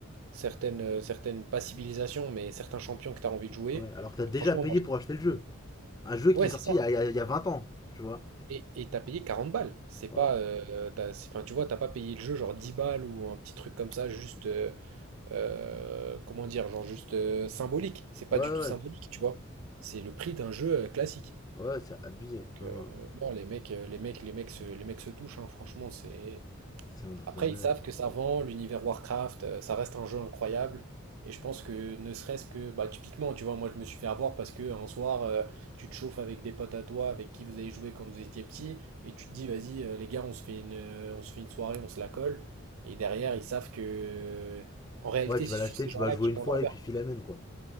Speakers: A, on the right; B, on the left.
A: certaines, euh, certaines, pas civilisations, mais certains champions que tu as envie de jouer.
B: Ouais, alors que t'as déjà
A: Franchement,
B: payé
A: moi, je-
B: pour acheter le jeu. Un jeu qui
A: ouais,
B: est
A: c'est
B: sorti
A: ça.
B: il y a, il y a- il y a 20 ans, tu vois.
A: Et, et t'as payé 40 balles. C'est
B: Ouais,
A: pas, euh, t'as- c'est- enfin, tu vois, t'as pas payé le jeu genre 10 balles ou un petit truc comme ça, juste, euh, euh, comment dire, genre juste euh, symbolique. C'est
B: ouais,
A: pas du
B: ouais, ouais,
A: tout symbolique, tu vois. C'est le prix d'un jeu euh, classique.
B: Ouais, c'est abusé.
A: Donc,
B: Non,
A: euh,
B: non,
A: non, les mecs, euh, les mecs, les mecs se, les mecs se touchent, hein. Franchement, c'est,
B: c'est un truc
A: Après,
B: de malade.
A: ils savent que ça vend, l'univers Warcraft, euh, ça reste un jeu incroyable. Et je pense que ne serait-ce que, bah, typiquement, tu vois, moi je me suis fait avoir parce que un soir, euh, tu te chauffes avec des potes à toi, avec qui vous avez joué quand vous étiez petit, et tu te dis, vas-y, euh, les gars, on se fait une, euh, on se fait une soirée, on se la colle. Et derrière, ils savent que, en réalité,
B: Ouais, tu
A: c'est
B: vas l'acheter,
A: sur ces
B: tu
A: gens-là
B: vas jouer
A: qu'ils
B: une
A: font
B: fois
A: leur beurre.
B: et puis filamène quoi.